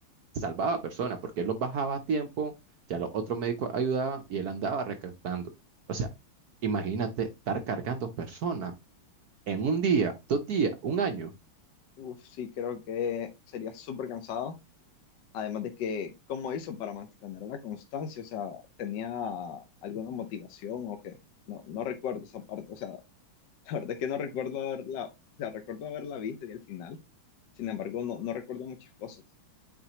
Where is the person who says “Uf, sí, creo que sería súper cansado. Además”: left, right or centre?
Left